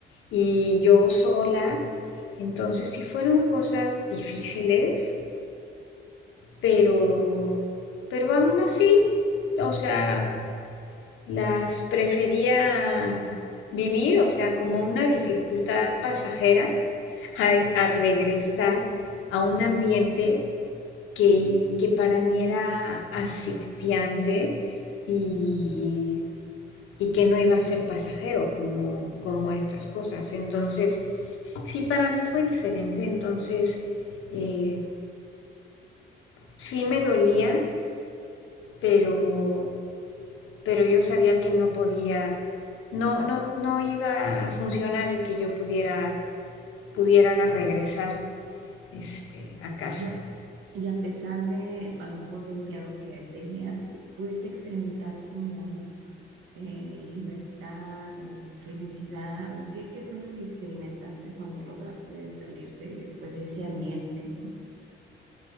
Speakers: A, on the left; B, on the right.
A: y yo sola. Entonces sí fueron cosas difíciles, pero, pero aún así, o sea, las prefería vivir, o sea, como una dificultad pasajera, a, a regresar a un ambiente que, que para mí era asfixiante y, y que no iba a ser pasajero como, como estas cosas. Entonces, sí, para mí fue diferente, entonces eh, sí me dolía, pero pero yo sabía que no podía, no, no, no iba a funcionar el que yo pudiera, pudiera regresar este, a casa.
B: Y a, y a pesar de, a lo mejor, del miedo que tenías, ¿pudiste experimentar como eh, libertad o felicidad? ¿O qué, qué fue lo que experimentaste cuando lograste salir de, pues, de ese ambiente, ¿no?